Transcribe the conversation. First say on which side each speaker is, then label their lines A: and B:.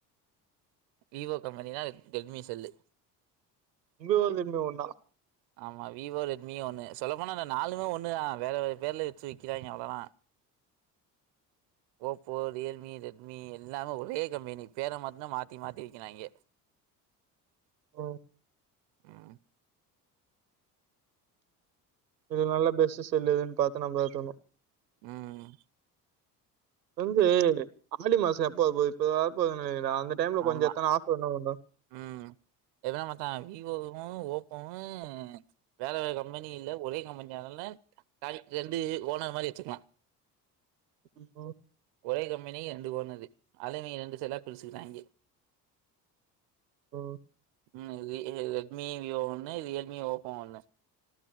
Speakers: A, on the right (about 55°); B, on the right (about 85°).
A: விவோ கம்பெனினா அது டெம்மி செல்லு
B: உங்க <unintelligible> ஒன்னா
A: ஆமா விவோ ரெட்மியும் ஒண்ணு சொல்லப்போனா அந்த நாலுமே ஒண்ணு தான் வேற வேற பேர்ல வச்சு விக்கிறாங்க அவ்ளோதா ஓப்போ ரியல்மி ரெட்மி எல்லாமே ஒரே கம்பெனி பேர மட்டுதா மாத்தி மாத்தி வெகிராயிங்க
B: ம்
A: ம்.
B: இது நல்ல பெஸ்ட் செல்லுதுன்னு பாத்து நம்ப எத்தனு
A: உம்
B: வந்து ஆடி மாசோ எப்ப இப்ப அந்த டைம்ல கொஞ்சோ
A: ஆமா
B: எத்தனா ஆஃபர் என்ன பண்றா
A: ம் எதுன மச்சா விவோ போவு ஓப்போவு வேற வேற கம்பெனி இல்ல ஒரே கம்பெனி தா ஆனால காரி ரெண்டு ஓனர் மாரி வச்சுக்கலா
B: ஆ
A: ஒரே கம்பெனி ரெண்டு ஓனரு அதுவே ரெண்டு சைடா பிரிச்சிகிராங்க
B: ஓ
A: ம் ரெட்மி விவோ ஒண்ணு ரியல்மி ஓப்போ ஒண்ணு